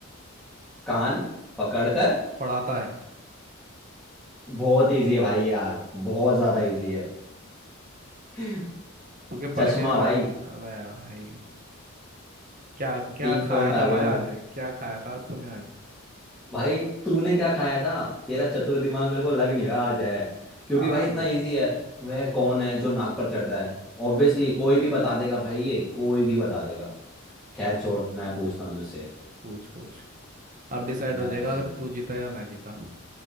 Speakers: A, in the centre; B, on the right.
A: कान पकड़कर
B: पढ़ाता है
A: बहुत इजी है भाई यार बहुत ज्यादा इजी है <laughs>
B: तू क्या
A: चश्मा
B: पढ़ के वे-
A: भाई
B: अबे भाई क्या क्या
A: तीन
B: खाया
A: पॉइंट आ
B: था
A: गया
B: भाई
A: हूँ
B: आज क्या खाया था आज तूने आज
A: भाई तूने क्या खाया था तेरा चतुर दिमाग मेरे को लग नहीं रहा आज है क्योंकि
B: आ
A: भाई इतना इजी है वह कौन है जो नाक पर चढ़ता है ऑब्वियसली कोई भी बता देगा भाई ये कोई भी बता देगा खैर छोड़ मैं पूछता हूँ तुझसे
B: पूछ पूछ अब डिसाइड हो
A: मैं
B: जाएगा
A: तुझसे बोल
B: तू जीता या मैं जीता